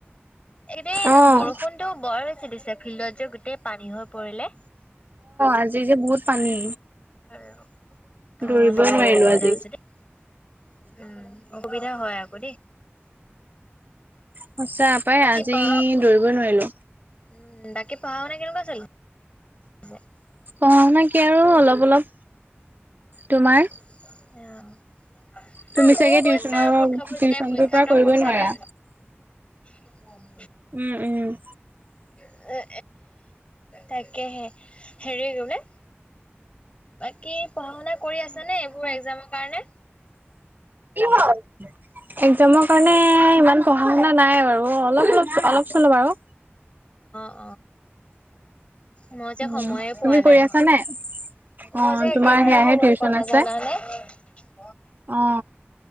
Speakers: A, on the left; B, on the right.
A: একেদিন
B: অ',
A: বৰষুণটো বৰ বেছিকে দিছে ফিল্ডত যে গোটেই পানী হৈ পৰিলে।
B: আজি যে বহুত পানী।
A: <unintelligible>
B: দৌৰিবই
A: সেইটো কাৰণে
B: নোৱাৰিলো
A: বৰ অসুবিধা
B: আজি।
A: হৈছে দেই উম, অসুবিধা হয় আ হব দেই।
B: সঁচা পাই
A: বাকী
B: আজি
A: পঢ়া
B: দৌৰিব নোৱাৰিলো
A: উম বাকী পঢ়া হুনা কেনেকুৱা চলি <unintelligible>
B: অ'হেনেকে আৰু অলপ -অলপ। তোমাৰ?
A: <unintelligible>
B: তুমি
A: অহ মোৰো
B: চাগে
A: গৈছে
B: টিউচনৰ
A: আৰু পৰীক্ষা বোৰ
B: টিউচনটোৰ
A: যে পৰীক্ষা
B: পৰা
A: খতম
B: কৰিবই
A: হৈছেহে?
B: নোৱাৰা
A: <unintelligible> <inaudible> উম।
B: উম উম।
A: এ তাকেহে, হেৰি কি বোলে, বাকী পঢ়া শুনা আছেনে এইবোৰ এক্সামৰ কাৰণে?
B: এক্জামৰ কাৰণে ইমান পঢ়া শুনা নাই বাৰু অলপ অলপ অলপ। চলপ আউ।
A: অ। মই যে
B: উম,
A: সময়ে পোৱা
B: তুমি কৰি
A: নাই,
B: আছা নে?
A: মই
B: অ',
A: যে একেবাৰে
B: তোমাৰ সেয়াহে
A: সময়
B: টিউচন
A: পোৱা নাজানানে?
B: আছে।
A: <unintelligible>
B: অ।